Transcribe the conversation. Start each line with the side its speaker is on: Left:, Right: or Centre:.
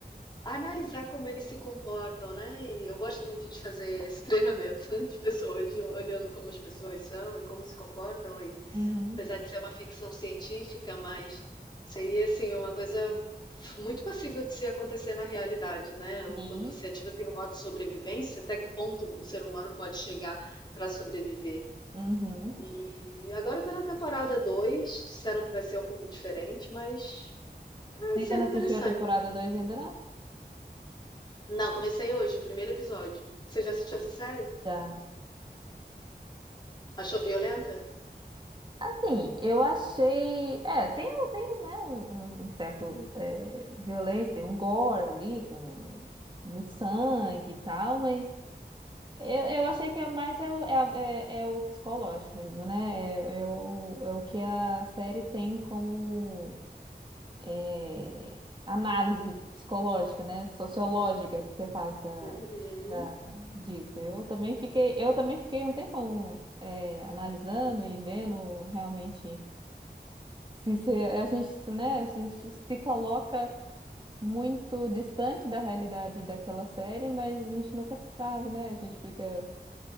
Left: analisar como eles se comportam, né? E eu gosto muito de fazer esse treinamento <laughs> de pessoas, de- olhando como as pessoas são e como se comportam. E
Right: uhum,
Left: apesar de ser uma ficção científica, mas seria assim uma coisa muito passível de se acontecer na realidade, né? O-
Right: E
Left: Quando você ativa assim o modo sobrevivência, até que ponto o ser humano pode chegar para sobreviver?
Right: uhum.
Left: E agora eu tô na temporada 2, disseram que vai ser um pouco diferente, mas tá
Right: Você ainda
Left: sendo
Right: não
Left: interessante.
Right: assistiu a temporada 2 ainda não?
Left: Não, comecei hoje, o primeiro episódio. Você já assistiu essa série?
Right: Já.
Left: Achou violenta?
Right: Assim, eu achei. É, tem, um- tem um, né, um, um- um certo é, violência, tem um gore ali, com muito sangue e tal, mas Eu, eu achei que é mais é o, é, a- é- é o psicológico mesmo, né? É, é o, é o que a série tem como é, análise psicológica, né? Sociológica que você faz da,
Left: Uhum,
Right: da- disso. Eu também fiquei, eu também fiquei um tempão é, analisando e vendo realmente se, se a gente, né? A gente se coloca muito distante da realidade daquela série, mas a gente nunca sabe, né? A gente fica